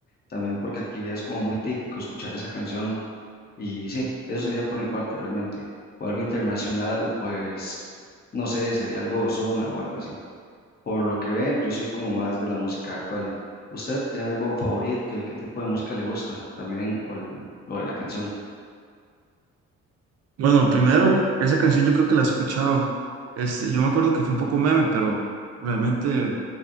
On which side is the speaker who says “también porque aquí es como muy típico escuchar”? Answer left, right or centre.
Left